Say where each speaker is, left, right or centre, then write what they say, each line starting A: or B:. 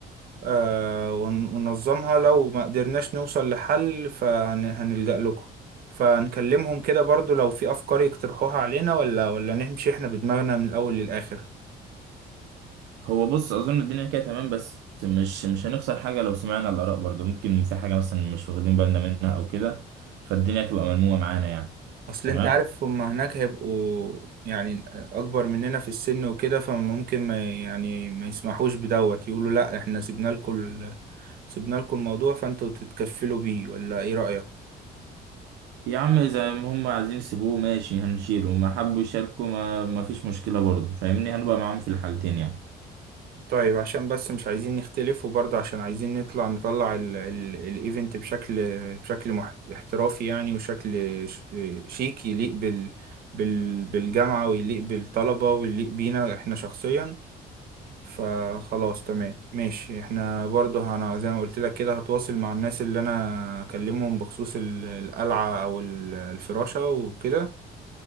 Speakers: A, on the right; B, on the right.
A: آه، ون- وننظمها لو ما قدرناش نوصل لحل فهنلجأ لكم فنكلمهم كده برضو لو في أفكار يقترحوها علينا ولا ولا نمشي احنا بدماغنا من الأول للآخر
B: هو بص أظن الدنيا كده تمام بس مش مش هنخسر حاجة لو سمعنا الآراء برضه ممكن في حاجة مثلا مش واخدين بالنا منها أو كده فالدنيا تبقى ملمومة معانا يعني
A: أصل
B: تمام
A: أنت عارف هما هناك هيبقوا يعني أكبر مننا في السن وكده فممكن ما يعني ما يسمحوش بدوت يقولوا لأ احنا سيبنا لكم ال- سيبنا لكم الموضوع فأنتوا تتكفلوا بيه ولا إيه رأيك؟
B: يا عم اذا هم عايزين يسيبوه ماشي هنشيله ما حبوا يشاركوا ما, ما فيش مشكله برضه فاهمني هنبقى معاهم في الحالتين يعني
A: طيب عشان بس مش عايزين نختلف وبرضه عشان عايزين نطلع نطلع ال- ال- الايفنت بشكل بشكل مح- احترافي يعني وشكل ش- شيك يليق بال بال بالجامعة ويليق بالطلبة ويليق بينا احنا شخصيا فخلاص تمام ماشي احنا برضه انا زي ما قلت لك كده هتواصل مع الناس اللي انا اكلمهم بخصوص ال- القلعة او ال- الفراشة وكده